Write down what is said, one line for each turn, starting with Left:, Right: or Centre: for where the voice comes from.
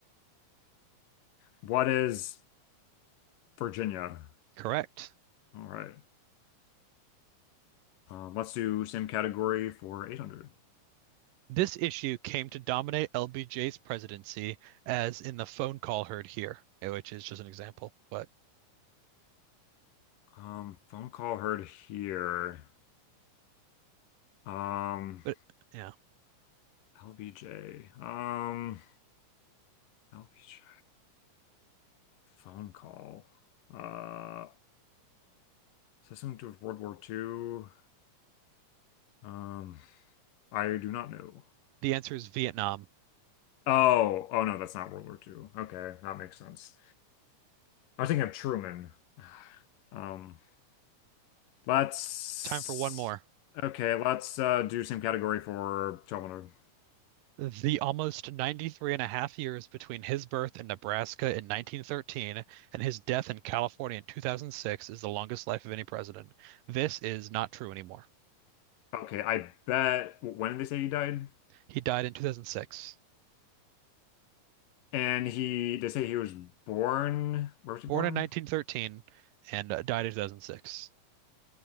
Left: What is Virginia?
Right: Correct.
Left: All right. Um, let's do same category for 800.
Right: This issue came to dominate LBJ's presidency, as in the phone call heard here, eh, which is just an example. But,
Left: Um, phone call heard here. Um,
Right: but yeah,
Left: LBJ. Um, LBJ. Phone call. Uh, is this something to do with World War Two? Um, I do not know.
Right: the answer is Vietnam.
Left: Oh, oh no, that's not World War Two. Okay, that makes sense. I was thinking of Truman. Um, let's
Right: Time for one more.
Left: okay, let's uh do same category for Terminator.
Right: The almost 93 and a half years between his birth in Nebraska in 1913 and his death in California in 2006 is the longest life of any president. This is not true anymore.
Left: Okay, I bet when did they say he died?
Right: He died in 2006,
Left: And he they say he was born. Where was he
Right: born
Left: born?
Right: in 1913, and uh, died in 2006.